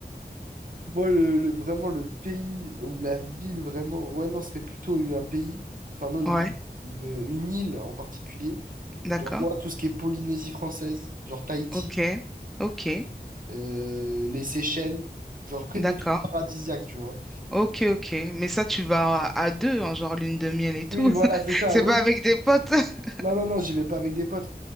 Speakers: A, on the right; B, in the centre.
A: <laughs> moi, le, le- vraiment, le pays ou la ville, vraiment... Ouais, non, ce serait plutôt un pays. Enfin, non, une,
B: Ouais,
A: une, une île en particulier.
B: d'accord.
A: Genre, moi, tout ce qui est Polynésie française, genre Tahiti,
B: Ok, ok,
A: euh, les Seychelles, genre que
B: d'accord.
A: des trucs paradisiaques, tu vois.
B: Ok, ok. Mais ça, tu vas à à deux, en genre lune de miel et tout.
A: Oui, voilà,
B: <laughs>
A: c'est ça,
B: C'est
A: oui.
B: pas avec des potes. <laughs>
A: Non, non, non, j'y vais pas avec des potes.